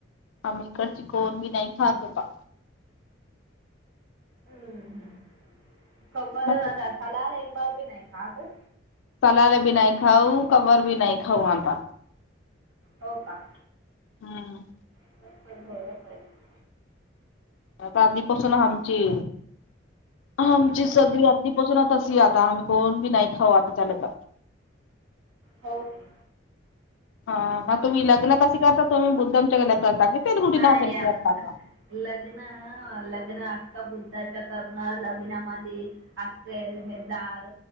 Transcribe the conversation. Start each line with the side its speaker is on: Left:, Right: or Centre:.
Left: आम्ही इकडची कोन बी नाही खातो पा.
Right: हम्म- हम्म. का बर
Left: मग
Right: आता सलाल एक बार बी नाही खातच?
Left: सलाद बी नाही खाऊ कबर बी नाही खाऊ अता.
Right: हो का.
Left: हम्म.
Right: <inaudible>
Left: आता आधीपासून आमची हामची सगळी अगदीपासून त अस आता आम्ही कोण बी नाही खाऊ वाटत आता त्यालत.
Right: हो की.
Left: हा मग तुम्ही लग्न कसे करता तुम्ही बुद्धमच्या गला करता कि ते
Right: नाही
Left: कुठीन हजरी
Right: आता
Left: करता का?
Right: लग्न- लग्न आता बुद्धाच्या करण लग्नामंधी अ दार